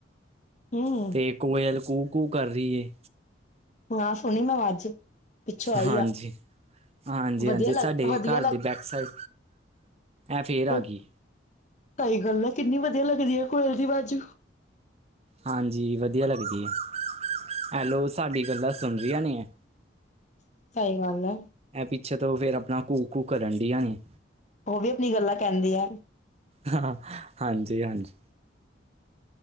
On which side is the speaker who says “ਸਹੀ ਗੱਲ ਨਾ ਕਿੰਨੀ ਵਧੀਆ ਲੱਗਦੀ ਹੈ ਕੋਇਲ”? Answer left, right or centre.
Left